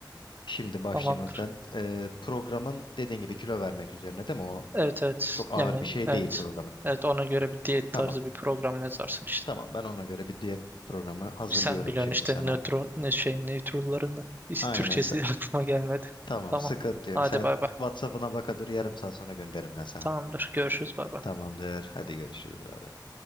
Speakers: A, on the left; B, on the right.
A: Şimdi başlayayım
B: Tamamdır.
A: hafiften. E, programın dediğin gibi kilo vermek üzerine değil mi? O
B: Evet evet.
A: çok ağır
B: Yani
A: bir şey
B: evet.
A: değil programın.
B: Evet ona göre bir diyet
A: Tamam.
B: tarzı bir program yazarsın işte.
A: Tamam ben ona göre bir diyet programı hazırlıyorum
B: Sen biliyorsun
A: şimdi
B: işte
A: sana.
B: nötron ne şey nötrullarını. İs-
A: Aynen.
B: Türkçesi
A: sen-
B: <laughs> aklıma gelmedi.
A: Tamam
B: Tamam.
A: sıkıntı yok.
B: Hadi
A: Sen
B: bay bay.
A: WhatsApp'ına baka dur yarım saat sonra gönderirim ben sana.
B: Tamamdır. Görüşürüz bay bay.
A: Tamamdır. Hadi görüşürüz. Bay bay.